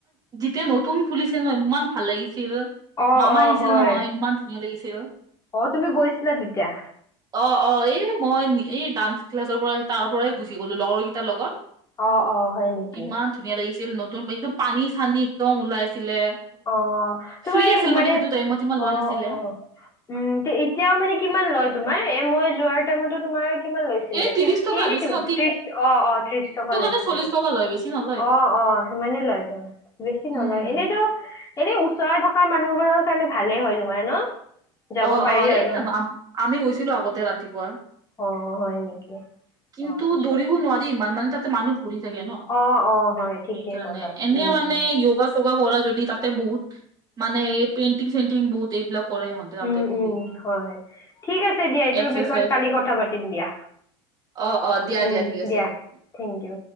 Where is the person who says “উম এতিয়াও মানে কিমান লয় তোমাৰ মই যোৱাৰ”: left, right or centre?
Left